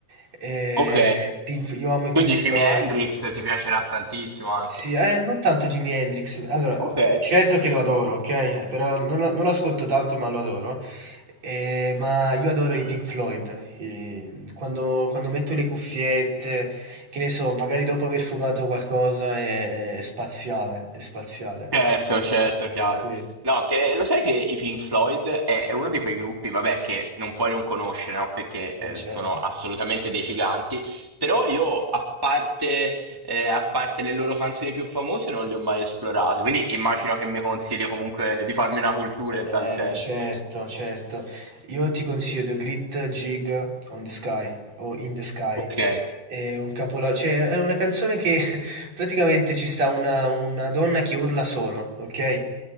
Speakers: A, on the right; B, in the centre.
A: eh,
B: Ok,
A: Pink- io amo i
B: quindi
A: Pink Floyd,
B: Jimi Hendrix ti piacerà tantissimo anche.
A: Sì, eh, non tanto Jimi Hendrix. Allora,
B: Ok.
A: oh, certo che lo adoro, ok? Però non lo, non lo ascolto tanto, ma lo adoro. Eh, ma io adoro i Pink Floyd. I- quando, quando metto le cuffiette, che ne so, magari dopo aver fumato qualcosa, è, è spaziale, è spaziale.
B: Certo, certo, chiaro.
A: Sì, eh,
B: No, che lo sai che i Pink Floyd è, è uno di quei gruppi, vabbè, che non puoi non conoscere, no? Perché eh,
A: certo.
B: sono assolutamente dei giganti, però io, a parte, eh, a parte le loro canzoni più famose, non li ho mai esplorati, quindi immagino che mi consigli comunque di farmi una cultura in
A: Eh,
B: tal senso.
A: certo, certo. Io ti consiglio The Great Gig on the Sky o In the Sky.
B: Ok.
A: È un capolavoro, cioè è una canzone che <laughs> praticamente ci sta una, una donna che urla solo, ok?